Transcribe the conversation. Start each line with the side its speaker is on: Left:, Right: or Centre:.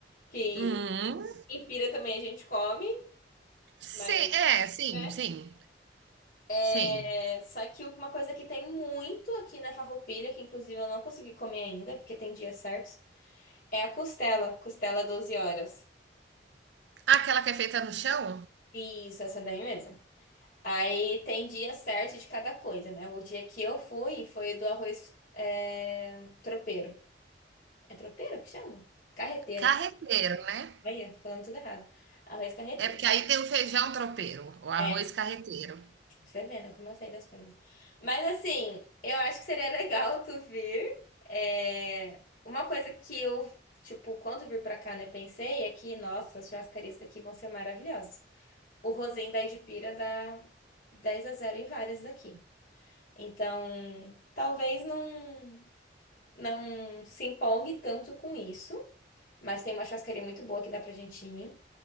Left: Que
Right: Uhum.
Left: em Pira também a gente come,
Right: Sim,
Left: mas,
Right: é, sim,
Left: né?
Right: sim,
Left: É,
Right: sim.
Left: só que uma coisa que tem muito aqui na Farroupilha, que inclusive eu não consegui comer ainda, porque tem dias certos, é a costela, costela 12 horas.
Right: Aquela que é feita no chão?
Left: Isso, essa daí mesmo. Aí tem dia certo de cada coisa, né? O dia que eu fui foi do arroz é, tropeiro. É tropeiro que chama? Carreteiro.
Right: Carreteiro, né.
Left: Olha, falando tudo errado. Arroz carreteiro.
Right: É porque aí tem o feijão tropeiro, o arroz
Left: É,
Right: carreteiro.
Left: Você vê, né? Como eu sei das coisas. Mas assim, eu acho que seria legal tu vir. É... Uma coisa que eu, tipo, quando vir pra cá, né, pensei é que, nossa, as churrascarias daqui vão ser maravilhosas. O Rosinho da Edipira dá 10 a zero em várias daqui. Então, talvez não, não se empolgue tanto com isso. Mas tem uma churrascaria muito boa que dá pra gente ir.